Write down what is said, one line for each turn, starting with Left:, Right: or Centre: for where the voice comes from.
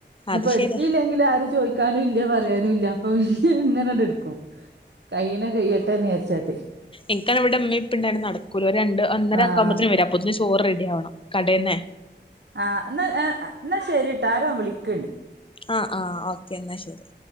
Right: ഇനിയിപ്പോ
Left: അത് ശരിയാ
Right: എടുത്തിയില്ലെങ്കിൽ ആരും ചോദിക്കാനും ഇല്ല പറയാനും ഇല്ല അപ്പൊ ഇ ഇങ്ങനെയ എ കൈയുന്നത് കഴിയട്ടെ എന്ന് വിചാരിച്ചാട്ട
Left: എനിക്കാ ഇവിടെഉമ്മയും ഇപ്പയും ഉണ്ടാകുമ്പോൾ നടക്കൂല രണ്ട് മണി ഒന്നര
Right: ആഹ്
Left: ഒക്കെ ആകുമ്പോൾ വരും തൊറ് റെഡി ആവണം കടയിന്നെ
Right: ആഹ് എന്നാ ആ ആഹ് ന്നാ ശരിട്ടാ ആാരോ വിളിക്കണണ്ട്
Left: ആഹ ആഹ് ഓക്കേ എന്നാ ശരി